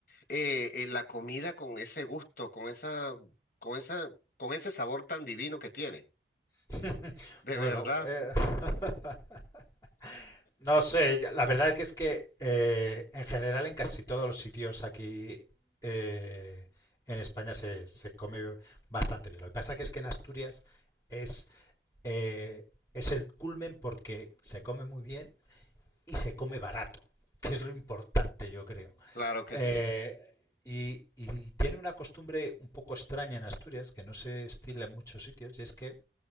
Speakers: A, on the left; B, on the left.
A: eh, eh, la comida con ese gusto, con esa, con esa, con ese sabor tan divino que tiene.
B: <laughs>
A: De
B: Bueno,
A: verdad,
B: eh, <laughs> no sé, la verdad es que es que eh, en general en casi todos los sitios aquí eh, en España se, se come bastante bien. Lo que pasa que es que en Asturias es, eh, es el culmen porque se come muy bien y se come barato, que es lo importante, yo creo.
A: claro que
B: Eh,
A: sí.
B: y, y, tiene una costumbre un poco extraña en Asturias, que no se estila en muchos sitios, y es que